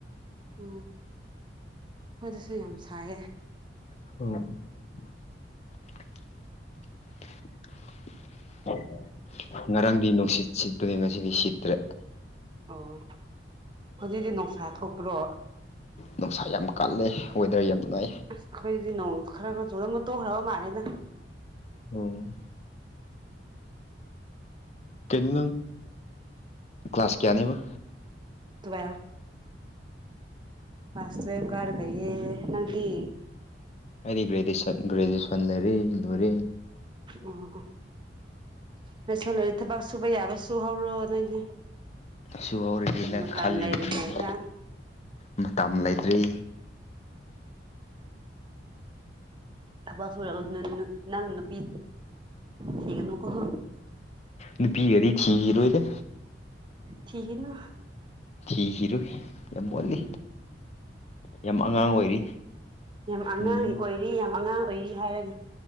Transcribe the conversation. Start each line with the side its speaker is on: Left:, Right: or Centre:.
Right: ꯎꯝ ꯑꯩꯈꯣꯏꯗꯁꯨ ꯌꯥꯝ ꯁꯥꯏꯌꯦ
Left: <inaudible> ꯉꯔꯥꯡꯗꯤ ꯅꯨꯡꯁꯤꯠ ꯁꯤꯠꯄꯅꯦ ꯉꯁꯤꯗꯤ ꯁꯤꯠꯇ꯭ꯔꯦ
Right: ꯑꯣ ꯍꯧꯖꯤꯛꯇꯤ ꯅꯨꯡꯁꯥ ꯊꯣꯛꯄꯔꯣ
Left: ꯅꯨꯡꯁꯥ ꯌꯥꯝ ꯀꯜꯂꯦ ꯋꯦꯗꯔ ꯌꯥꯝ ꯅꯨꯡꯉꯥꯏ
Right: ꯑꯩꯈꯣꯏꯗꯗꯤ ꯅꯣꯡ ꯈꯔ ꯈꯔ ꯆꯨꯔꯝꯃꯥ ꯇꯣꯛꯈ꯭ꯔꯥꯕ ꯃꯥꯜꯂ‌ꯦꯗꯥ
Left: ꯎꯝ ꯀꯩꯅ‌ꯣ ꯅꯪ ꯀ꯭ꯂꯥꯁ ꯀꯌꯥꯅꯦꯕ
Right: ꯎꯝ <unintelligible> ꯀꯂ꯭ꯥꯁ ꯇꯨꯋꯦꯜꯐ ꯀꯔꯥ ꯂꯩꯌꯦ ꯅꯪꯗꯤ?
Left: ꯑꯩꯗꯤ ꯒ꯭ꯔꯦꯗ‌ꯦꯁꯟ ꯒ꯭ꯔꯦꯖꯨꯋ‌ꯦꯁꯟ ꯂꯩꯔꯦ ꯂꯣꯏꯔ‌ꯦ
Right: ꯎꯝ ꯎꯝ ꯎꯝ ꯂꯣꯏꯁꯜꯂꯛꯑꯦ ꯊꯕꯛ ꯁꯨꯨꯕ ꯌꯥꯕ ꯁꯨꯍꯧꯔꯣ ꯅꯣꯏꯗꯤ
Left: ꯁꯨꯍꯧꯔꯒꯦꯅ
Right: ꯃꯇꯝ
Left: ꯈꯜꯂꯤꯅꯦ
Right: ꯂꯩꯔꯤꯉꯩꯗ
Left: ꯃꯇꯝ ꯂꯩꯇ꯭ꯔꯦ
Right: ꯊꯕꯛ ꯁꯨꯔꯒ ꯅꯣꯏ ꯅꯣꯏ ꯅꯪ ꯅꯨꯄꯤ ꯊꯤꯒꯅꯨ ꯀ‌ꯣ
Left: ꯅꯨꯄꯤꯒꯗꯤ ꯊꯤꯒꯤꯔꯣꯏꯗꯥ
Right: ꯊꯤꯈꯤꯅꯨ
Left: ꯊꯤꯒꯤꯔꯨꯏ ꯌꯥꯝ ꯋꯥꯠꯂꯤ
Right: ꯎꯝ
Left: ꯌꯥꯝ ꯑꯉꯥꯡ ꯑꯣꯏꯔꯤ
Right: ꯌꯥꯝ ꯑꯉꯥꯡ
Left: ꯎꯝ
Right: ꯑꯣꯏꯔꯤ ꯌꯥꯝ ꯑꯉꯥꯡ ꯑꯣꯏꯔꯤ ꯍꯥꯏꯔꯒꯥ